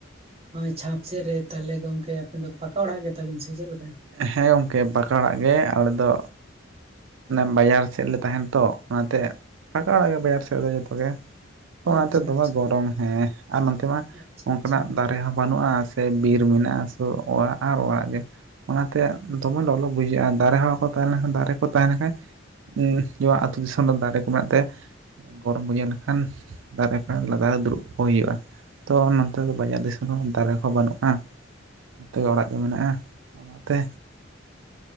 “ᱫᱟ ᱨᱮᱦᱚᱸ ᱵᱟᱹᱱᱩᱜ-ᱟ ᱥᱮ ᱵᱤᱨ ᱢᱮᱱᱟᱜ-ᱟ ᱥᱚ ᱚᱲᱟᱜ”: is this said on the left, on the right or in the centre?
Right